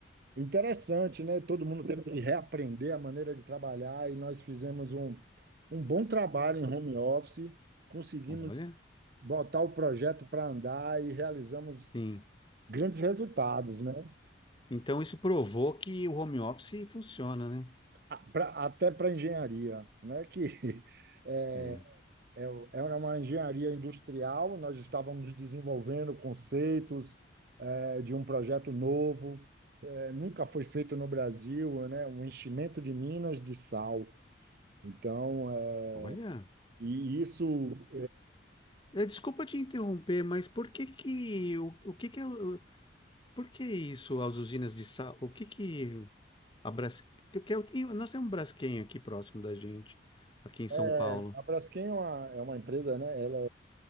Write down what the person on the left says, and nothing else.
Olha,
sim.
Então isso provou que o home office funciona, né?
É.
Olha,
é, desculpa te interromper, mas por que que o, o que que é o- por que isso as usinas de sal, o que que a Bras, que que eu tenho, nós temos um Braskem aqui próximo da gente, aqui em São
Paulo.